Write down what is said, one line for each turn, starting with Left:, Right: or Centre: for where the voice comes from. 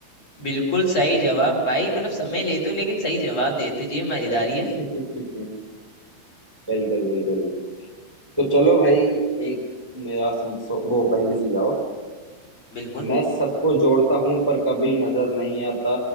Left: बिल्कुल सही जवाब भाई मतलब समय लेते हो लेकिन सही जवाब देते हो ये मजेदारी
Centre: <laughs>
Left: है
Centre: बिल्कुल बिल्कुल तो चलो भाई एक मेरा सुन सो- वो पहले सुलझाओ
Left: बिल्कुल
Centre: मैं सबको जोड़ता हूँ पर कभी नजर नहीं आता